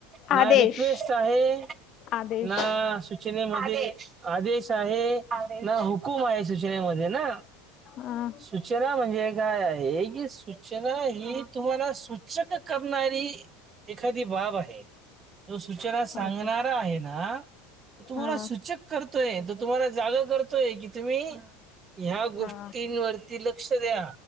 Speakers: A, on the right; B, on the left.
A: ना
B: आदेश
A: रिक्वेस्ट आहे
B: आदेश
A: ना सूचनेमध्ये आदेश आदेश आहे ना हुकूम आहे सूचनेमध्ये ना
B: हा
A: सूचना म्हणजे काय आहे की सूचना ही तुम्हाला सूचक करणारी एखादी बाब आहे तो सूचना सांगणार
B: ओके
A: आहे ना तो तुम्हाला
B: हा
A: सूचक करतोय तो तुम्हाला जाग कर तोय की तुम्ही ह्या गोष्टींवर
B: हा
A: ती लक्ष द्या